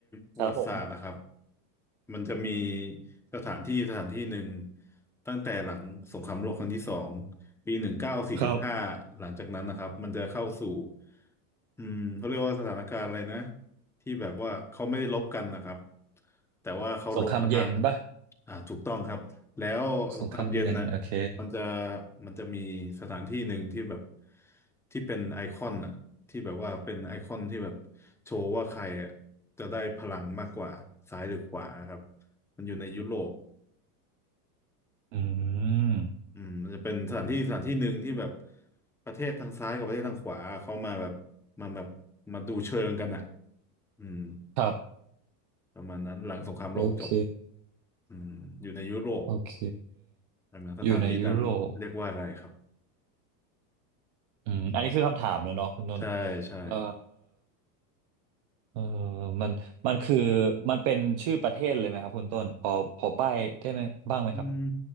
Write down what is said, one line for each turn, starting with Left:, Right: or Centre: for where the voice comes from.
Centre: ประวัติศาสตร์นะครับ
Right: ครับผม
Centre: มันจะมีสถานที่สถานที่หนึ่งตั้งแต่หลังสงครามโลกครั้งที่สองปีหนึ่งเก้าสี่สิบห้าหลังจากนั้นนะครับมันจะเข้าสู่
Right: ครับ
Centre: อืมเขาเรียกว่าสถานการณ์อะไรนะที่แบบว่าเขาไม่ได้รบกันนะครับแต่ว่าเขารบกันทาง
Right: สงครามเย็นปะ
Centre: อ่าถูกต้องครับแล้วสงครามเย็นน่ะ
Right: สงครามเย็นโอเค
Centre: มันจะมันจะมีสถานที่หนึ่งที่แบบที่เป็นไอคอนน่ะ ที่แบบว่าเป็นไอคอนที่แบบโชว์ว่าใครอะจะได้พลังมากกว่าซ้ายหรือขวาครับมันอยู่ในยุโรป
Right: อืม
Centre: อืมมันจะเป็นสถานที่สถานที่หนึ่งที่แบบประเทศทางซ้ายกับประเทศทางขวาเขามาแบบมาแบบมาดูเชิงกันอ่ะอืม
Right: ครับ
Centre: ประมาณนั้นหลังสงครามโลกจบ
Right: โอเค
Centre: อืมอยู่ในยุโรป
Right: โอเค
Centre: ใช่ไหมสถานที่นั้นเรียกว่าอะไรครับ
Right: อยู่ในยุโรป อืมอันนี้คือคำถามแล้วเนาะคุณนนท์
Centre: ใช่ใช่
Right: เออเออมันมันคือมันเป็นชื่อประเทศเลยไหมครับคุณต้นพอพอใบ้ได้ไหมบ้างไหมครับ
Centre: อืม